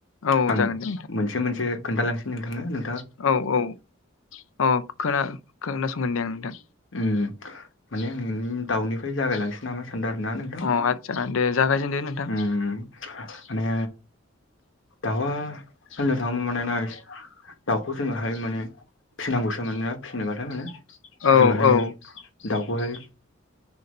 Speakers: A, on the left; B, on the left.
A: औ
B: आं
A: जागोन दे नोंथां
B: मोनसे मोनसे खोनथालांसै नोंथांनो नों
A: औ औ औ खोना-खोनासंगोन दे आं नोंथां।
B: ओम माने आं दाउनिफ्राय जागायलांसै नामा सान्दों आरोना नोंथां
A: अ आदसा दे जागायजेनदो नोंथां
B: ओम माने दाउआ <unintelligible> दाउखौ जोङोहाय माने फिनांगौसो मानोना फिनोबाथाय माने
A: औ
B: जोंहाय
A: औ
B: दाउखौहाय